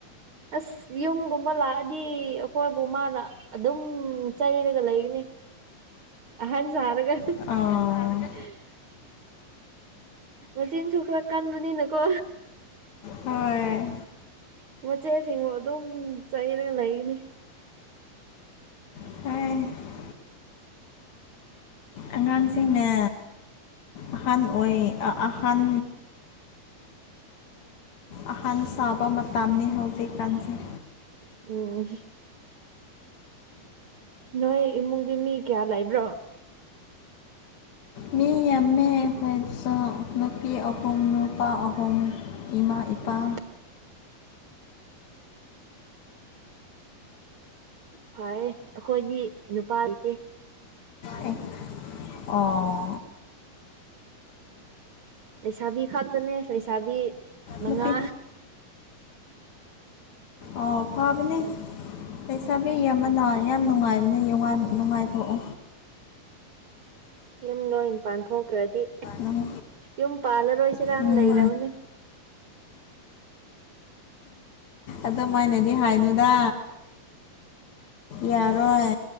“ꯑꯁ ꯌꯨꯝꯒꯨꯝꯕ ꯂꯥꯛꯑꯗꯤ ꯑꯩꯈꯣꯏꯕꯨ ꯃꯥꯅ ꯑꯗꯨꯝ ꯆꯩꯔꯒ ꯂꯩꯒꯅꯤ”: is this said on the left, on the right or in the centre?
Right